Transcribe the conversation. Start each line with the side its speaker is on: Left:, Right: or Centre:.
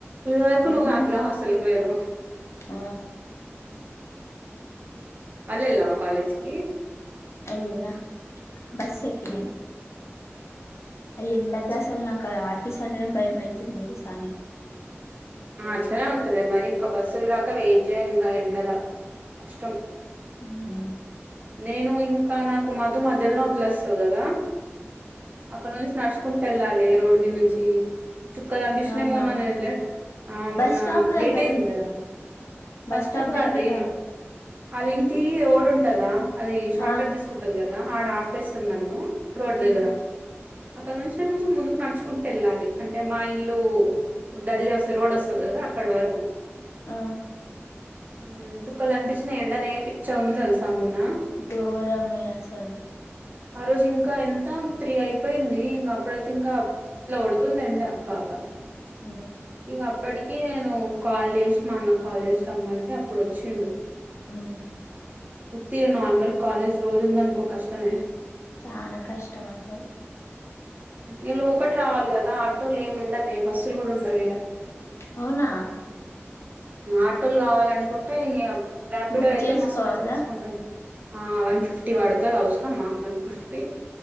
Right: వరకు నువ్వు
Left: ఉన్
Right: అంతలకు హాస్టల్ పోయనవ్
Left: ఆ
Right: మళ్ళీ వెళ్ళినావ కాలేజ్ కి
Left: అయ్యేనా బస్ ఎక్కినా
Right: ఉమ్,
Left: ఇగ ఆ ఎండకు
Right: మంచి
Left: అసలు
Right: పని
Left: నాకు ఆర్టిస్ట్ అంటనే భయం అయతుంది తెలుసా నే
Right: ఆ అట్లనే ఉంటది మరి ఇంకా బస్సులు రాక వెయిట్ చేయాలి ఇంకా ఎండలో కష్టం
Left: ఉమ్
Right: నేను ఇంకా నాకు మధు మధ్యలో వదిలేస్తాది కదా అక్కడ నుంచి నడుచు క్కుంటూ వెళ్ళాలి రోడ్డు మీద నుంచి చుక్కాలు కనిపిస్తున్నాయి
Left: అవునా
Right: మోన్న నేను వెళ్ళాను ఆ
Left: బస్
Right: మొన్న
Left: స్టాప్ దగ్గర
Right: లేట్ అయింది
Left: దిగు
Right: కదా
Left: బస్
Right: ఫస్ట్
Left: స్టాప్
Right: <unintelligible>
Left: దగ్గరా
Right: వాళ్ళ ఇంటి రోడ్ ఉంటదా అది షార్ట్
Left: ఆ
Right: కట్ తీసుకుంటది కదా ఆడ ఆపేస్తాది నన్ను రోడ్ దగ్గర
Left: ఉమ్
Right: ఆక్కడ నుంచి కొంచం ముందు నడుచ్చుకుంటూ వెళ్ళాలి అంటే మా ఇల్లు గల్లీ వస్తే రోడ్ వస్తది కదా అక్కడ వరకు
Left: ఆ
Right: ఉ చుక్కలు కనిపించినాయి ఎండనే పిచ్చా గుంది తెలుసా మొన్న
Left: ఘోరమే అసలు
Right: ఆ రోజు ఇంకా ఎంత త్రీ అయిపోయింది ఇంకా అప్పుడైతే ఇంకా ఇట్లా గొడుతుంది ఎండ అబ్బా అబ్బా
Left: ఉ
Right: ఇగ అప్పటికి నేను కాల్ చేసి మా అన్నకు కాల్ చేసి రమ్మంటే అప్పుడు వచ్చిండు
Left: ఉ
Right: ఉత్తిగా నార్మల్ కాలేజ్ రోజు ఉంద అనుకో కష్టమే
Left: చానా కష్టం అసలు
Right: ఇీళ్లు లోపట్ రావాలి కదా ఆటోలు ఏమి ఉండవ బస్సులు కూడా ఉండ వీడా
Left: అవున
Right: ఆటోలు కావాలనుకుంటే ఇ ర్యాపిడో
Left: బుక్
Right: అయితే
Left: చేసుకోవాలా
Right: మస్తు పైసలు తీసుకుంటండి ఆ వన్ ఫిఫ్టీ పడుతుది అవసరమ వన్ ఫిఫ్టీ